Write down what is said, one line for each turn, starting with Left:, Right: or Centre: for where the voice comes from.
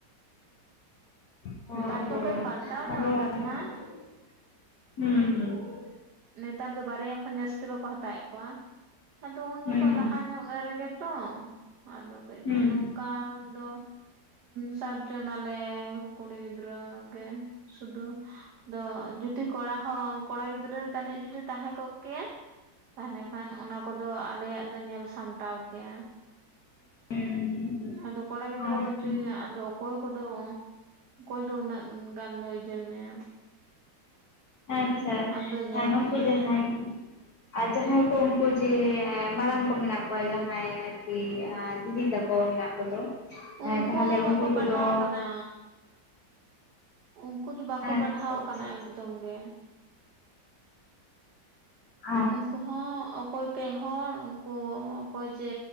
Left: ᱚ
Right: ᱱᱮᱛᱟᱨ
Left: ᱦᱮᱸ
Right: ᱫᱚ ᱠᱟᱹᱡ ᱯᱟᱞᱴᱟᱣ
Left: ᱟᱫᱚ,
Right: ᱧᱚᱜ ᱟᱠᱟᱱᱟ
Left: ᱦᱩᱸ ᱦᱩᱸ ᱾
Right: ᱱᱮᱛᱟᱨ ᱫᱚ ᱵᱟᱨᱭᱟ ᱠᱷᱚᱱ ᱡᱟᱹᱥᱛᱤ ᱵᱟᱠᱚ <inaudible> ᱦᱟᱛᱟᱭᱮᱫ ᱠᱚᱣᱟ ᱟᱫᱚ ᱩᱱ
Left: ᱦᱩᱸ
Right: ᱡᱚᱠᱷᱚᱱ ᱞᱟᱦᱟ ᱧᱚᱜ ᱨᱮᱜᱮ ᱛᱚ ᱟᱫᱚ ᱠᱟᱹᱡ
Left: ᱦᱩᱸ
Right: ᱠᱚ ᱱᱚᱼᱼ ᱠᱟ ᱫᱚ ᱥᱟᱛ ᱡᱚᱱᱟᱞᱮ ᱠᱩᱲᱤ ᱜᱤᱫᱽᱨᱟᱹ ᱜᱮ᱾ ᱥᱩᱫᱩ ᱫᱚ ᱡᱩᱫᱤ ᱠᱚᱲᱟ ᱦᱚᱸ ᱠᱚᱲᱟ ᱜᱤᱫᱽᱨᱟᱹᱼᱼ ᱛᱟᱹᱱᱤᱡ ᱡᱩᱫᱤ ᱛᱟᱦᱮᱸ ᱠᱚᱜ ᱠᱮᱭᱟᱭ <inaudible> ᱠᱷᱟᱱ ᱚᱱᱟ ᱠᱚᱫᱚ ᱟᱞᱮᱭᱟᱜ ᱫᱚ ᱧᱮᱞ ᱥᱟᱢᱴᱟᱣ ᱠᱮᱭᱟᱭ᱾
Left: <inaudible>
Right: ᱟᱫᱚ ᱠᱚᱲᱟ ᱜᱤᱫᱽᱨᱟᱹ
Left: ᱦᱩᱸ
Right: ᱵᱟᱪᱩᱭᱮᱭᱟ ᱟᱫᱚ ᱚᱠᱚᱭ ᱠᱚᱫᱚ ᱚᱠᱚᱭ ᱫᱚ ᱩᱱᱟᱹᱜ ᱜᱟᱱ ᱫᱚᱭ ᱤᱡᱟᱹ ᱢᱮᱭᱟ᱾
Left: ᱟᱪᱪᱷᱟ,
Right: ᱟᱢ ᱫᱚ ᱧᱮᱞ
Left: ᱱᱩᱝᱠᱩ
Right: ᱢᱮᱭᱟ
Left: ᱡᱟᱦᱟᱸᱭᱼᱼ ᱟᱨ ᱡᱟᱦᱟᱸᱭ ᱠᱚ ᱩᱱᱠᱩ ᱡᱮ ᱢᱟᱨᱟᱝ ᱠᱚ ᱢᱮᱱᱟᱜ ᱠᱚᱣᱟ ᱡᱟᱦᱟᱸᱭ ᱟᱨᱠᱤ ᱫᱤᱫᱤ ᱛᱟᱠᱚ᱾ ᱠᱚ ᱢᱮᱱᱟᱜ ᱠᱚᱫᱚ
Right: ᱩᱱᱠᱩ
Left: ᱛᱟᱦᱚᱞᱮ
Right: ᱦᱚᱸ ᱵᱟᱠᱚ
Left: ᱩᱱᱠᱩ
Right: ᱯᱟᱲᱦᱟᱣ
Left: ᱠᱚᱫᱚᱼᱼ
Right: ᱟᱠᱟᱱᱟ ᱩᱱᱠᱩ ᱫᱚ ᱵᱟᱠᱚ
Left: ᱟᱪᱪᱷᱟ
Right: ᱯᱟᱲᱦᱟᱣ
Left: ᱟᱪᱪᱷᱟ
Right: ᱠᱟᱱᱟ ᱮᱠᱫᱚᱢ ᱜᱮ᱾
Left: ᱟᱪᱪᱷᱟ
Right: ᱩᱱᱠᱩᱼᱼ ᱦᱚᱸ ᱚᱠᱚᱭ ᱯᱮ ᱦᱚᱲ ᱩᱱᱠᱩ ᱚᱠᱚᱭ ᱪᱮ